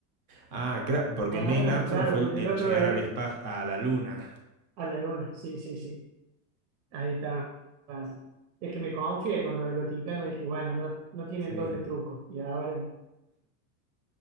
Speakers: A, on the right; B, on the right.
A: Ah, claro, porque
B: Ah,
A: Neil Armstrong
B: claro,
A: fue el,
B: porque
A: el
B: el otro
A: llegar
B: es
A: al espacio, a la luna.
B: a la luna. Sí, sí, sí. Ahí estaba. Es que me confié con lo del Vaticano. Dije, bueno, no, no tienen
A: Sí.
B: doble truco. Y ahora